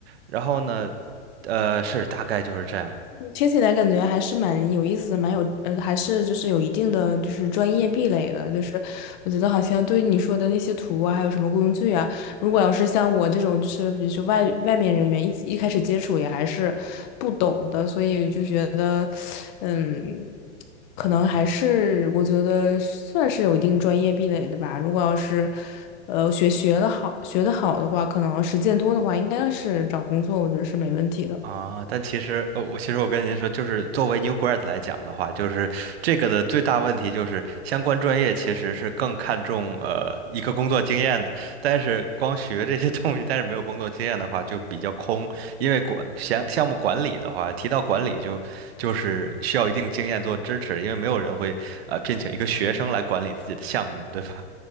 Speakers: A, on the right; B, on the left.
A: 然后呢，呃，是大概就是这样。
B: 听起来感觉还是蛮有意思，蛮有呃，还是就是有一定的就是专业壁垒的，就是我觉得好像对于你说的那些图啊，还有什么工具啊，如果要是像我这种就是比如说外外面人员一一开始接触也还是不懂的，所以就觉得，嗯，可能还是我觉得算是有一定专业壁垒的吧。
A: 嗯
B: 如果要是呃学学的好学的好的话，可能实践多的话，应该是找工作我觉得是没问题的。
A: 啊，但其实，呃、我其实我跟您说，就是作为 new grad 来讲的话，就是这个的最大问题就是相关专业其实是更看重呃一个工作经验的，但是光学这些 <laughs> 东西，但是没有工作经验的话就比较空，因为管项项目管理的话，提到管理就就是需要一定经验做支持的，因为没有人会呃聘请一个学生来管理自己的项目，对吧？